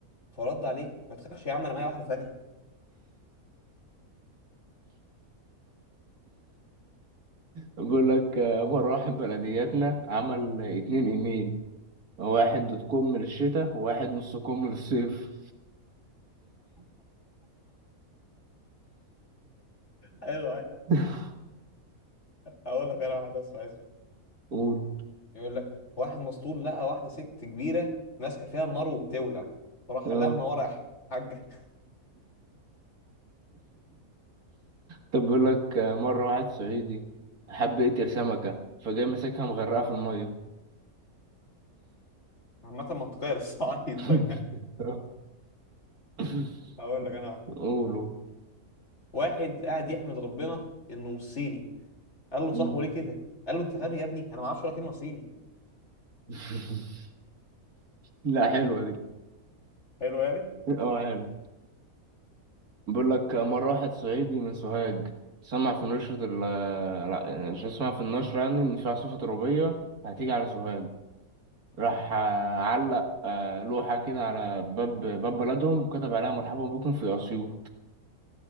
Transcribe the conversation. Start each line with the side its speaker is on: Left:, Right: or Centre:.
Left: فرد عليه ما تخافش يا عم انا معايا واحده تانيه
Right: بيقول لك آه، مرة واحد بلدياتنا عمل اتنين ايميل واحد دوت كوم للشتاء وواحد نص كوم للصيف
Left: حلو حلو
Right: <laughs>
Left: هقول لك انا واحده اسمع اسمه
Right: قول
Left: يقول لك واحد مسطول لقى واحده ست كبيره ماسكه فيها النار وبتولع فراح
Right: اه
Left: لما ورا حاجه
Right: طب بيقول لك آه، مرة واحد صعيدي حب يقتل سمكة فجاي ماسكها مغرقة في المية
Left: عامة منطقية <laughs> للصعايدة
Right: <laughs>
Left: يعني
Right: <laughs>
Left: هقول لك أنا واحد
Right: قولوا
Left: واحد قاعد يحمد ربنا إنه مش صيني قال له
Right: مم.
Left: صاحبه ليه كده؟ قال له أنت غبي يا ابني أنا ما أعرفش ولا كلمة صيني
Right: <laughs> لا حلوة دي
Left: حلو يعني؟
Right: اه حلو بقول لك
Left: مم.
Right: مرة واحد صعيدي من سوهاج سمع في نشرة ال لا، شو سمع في النشرة يعني إن في عاصفة ترابية هتيجي على سوهاج راح آه، علق آه، لوحة كده على باب باب بلدهم وكتب عليها مرحبا بكم في أسيوط